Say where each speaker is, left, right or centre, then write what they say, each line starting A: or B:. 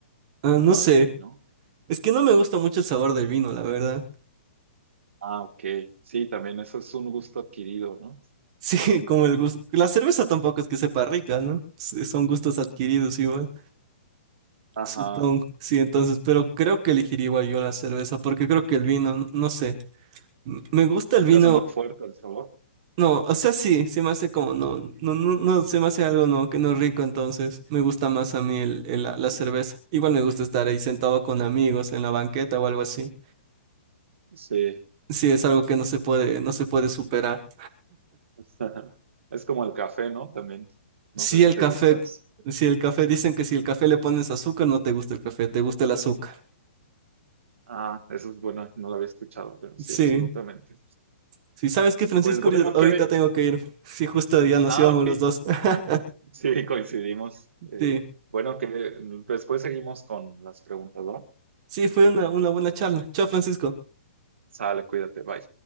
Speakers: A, on the right; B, on the right.
A: ah, no
B: O
A: sé,
B: así, ¿no?
A: es que no me gusta mucho el sabor del vino, la verdad.
B: Ah, ok. Sí, también eso es un gusto adquirido, ¿no?
A: Sí, <laughs> como el gusto. La cerveza tampoco es que sepa rica, ¿no? Sí, Son gustos adquiridos igual.
B: Ajá.
A: Supongo, sí, entonces, pero creo que elegiría igual yo la cerveza, porque creo que el vino, n- no sé, m- me gusta el
B: Se
A: vino,
B: Te hace muy fuerte el sabor.
A: no, o sea, sí, se me hace como, no, no, no, no, se me hace algo, no, que no es rico, entonces, me gusta más a mí el, el- la, la cerveza. Igual me gusta estar ahí sentado con amigos en la banqueta o algo así.
B: Sí.
A: Sí, es algo que no se puede,
B: Yo-
A: no se puede superar.
B: <laughs> Es como el café, ¿no? También. No
A: Sí,
B: sé si
A: el
B: te
A: café,
B: gustas.
A: si el café, dicen que si el café le pones azúcar, no te gusta el café, te gusta el azúcar.
B: Ah, eso es bueno, no lo había escuchado, pero sí,
A: Sí.
B: absolutamente.
A: Si sabes que Francisco,
B: Pues bueno,
A: ahorita ahorita
B: Kevin.
A: tengo que irme. Sí, justo ya nos
B: Ah,
A: íbamos
B: ok.
A: los dos. <laughs>
B: Sí, coincidimos. Eh,
A: Sí,
B: bueno, que después seguimos con las preguntas, ¿va?
A: sí, fue una, una buena charla. Chao, Francisco.
B: Sale, cuídate, bye.